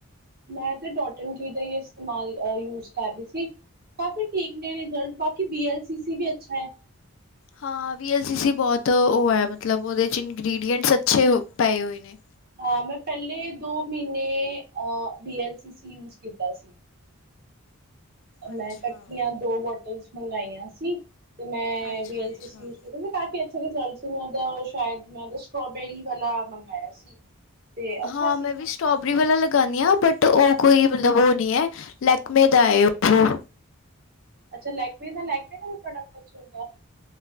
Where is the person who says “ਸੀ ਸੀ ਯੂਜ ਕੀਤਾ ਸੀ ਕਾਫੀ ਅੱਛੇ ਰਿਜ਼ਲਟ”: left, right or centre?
Right